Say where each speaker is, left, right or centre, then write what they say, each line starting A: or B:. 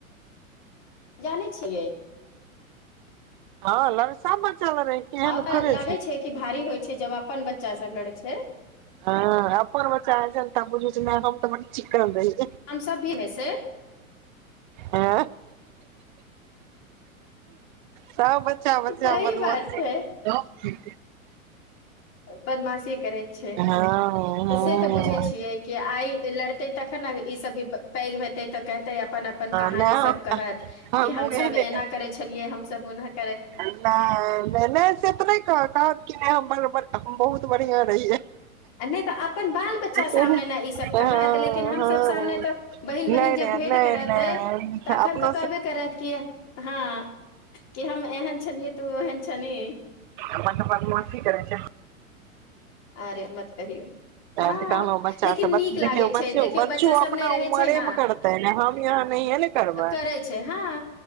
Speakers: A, on the left (about 35°); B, on the right (about 35°).
A: जानी छियै
B: हँ ल सब। बच्चा लड़ै केहन
A: आब
B: थोड़े
A: लागे छै कि भाड़ी होइ छै, जब अपन बच्चा सब लड़ै छै। ह।
B: हँ अ्पन मचा त त चिकेन रहै छै
A: हम सभ भी मे से
B: हँ सब ब चावल
A: सही
B: चावत
A: बात
B: बस
A: छै बदमाासीे करै छै
B: हँ
A: त से तऽ बुझै छियै कि आइ लड़ते तखन ने ई सब भी पैघ भेतै तऽ हेतै अपन अपन कहानी
B: नहि
A: सब कहत
B: हमहूँ
A: की हम
B: एहने
A: सब इना करै छेलीयाई हम सब ओना के
B: नहि नहि नहि से तऽ नहि कह कहत कि नहि हम बरर बहुत बढ़िया रहियै
A: आ नहि तऽ अपन बाल बच्चा सामने
B: हँ
A: ने ईसभ
B: हँ
A: कहत लेकिन हमसभ सामने तऽ बहिन बहिन
B: नहि नहि
A: जब भेँट
B: नहि
A: करतै
B: नहि
A: तखन
B: अपनो
A: तऽ कहबे करत कि हँ कि हम एहन छलियै तऽ ओ ओहन छनि
B: अपन म्ती करै छै
A: अरे मत कहियौ,
B: तैं
A: हँ
B: तऽ कहलहुँ बच्चा
A: लेकिन
B: सब बच,
A: नीक
B: देखियौ
A: लागै
B: बच्चो
A: छै देखियौ
B: बच्चो
A: बच्चा
B: अपना
A: सब नहि रहै
B: उमरे
A: छै ने,
B: मे करतै ने हम यहाँ नहिये ने करबै
A: करै छै हँ